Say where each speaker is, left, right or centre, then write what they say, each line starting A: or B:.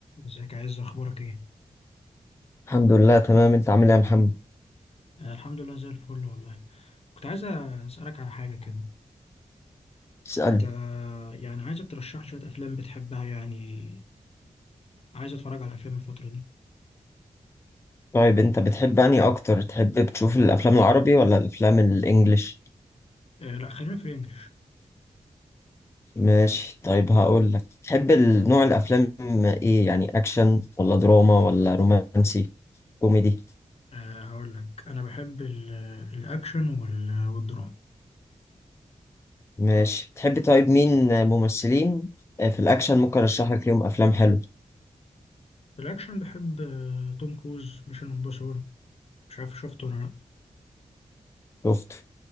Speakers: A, on the left; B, on the left.
A: ازيك يا عز اخبارك ايه
B: الحمد لله تمام انت عامل ايه يا محمد
A: آه الحمد لله زي الفل والله كنت عايز اسالك على حاجه كده
B: اسألني
A: انت يعني عايزك ترشح لي شويه افلام بتحبها يعني عايز اتفرج على افلام الفتره دي
B: طيب انت بتحب انهي اكتر تحب تشوف الافلام العربي ولا الافلام الانجليش
A: آه لا خلينا في الانجليش
B: ماشي طيب هقول لك تحب ال- نوع الافلام ايه يعني اكشن ولا دراما ولا رومانسي كوميدي
A: آه هقول لك انا بحب ال- آه، الاكشن وال- آه، والدراما
B: ماشي تحب طيب مين ممثلين في الاكشن ممكن ارشح لك ليهم افلام حلوه
A: في الاكشن بحب آه توم كروز ميشن امبوسيبل مش عارف شفته ولا لا
B: شفته